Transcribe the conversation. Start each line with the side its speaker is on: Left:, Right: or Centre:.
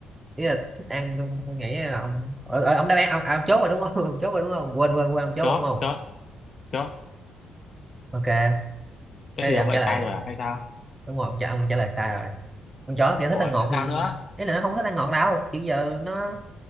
Right: ý là thích ăn tôi, tôi nghĩ là ông ở, ở, ông đáp án ông, à, ông chốt rồi đúng không <laughs> ông chốt rồi đúng không quên quên quên ông chốt
Left: chó
Right: rồi đúng không
Left: chó chó
Right: ok
Left: thế
Right: thế
Left: thì
Right: thì
Left: ông
Right: ông
Left: lại
Right: trả lời
Left: sai rồi à hay sao
Right: đúng rồi ông, trả- ông trả lời sai rồi con chó kiểu thích
Left: ủa
Right: ăn ngọt
Left: là
Right: thì
Left: sao nữa
Right: ý là nó không thích ăn ngọt đâu kiểu giờ nó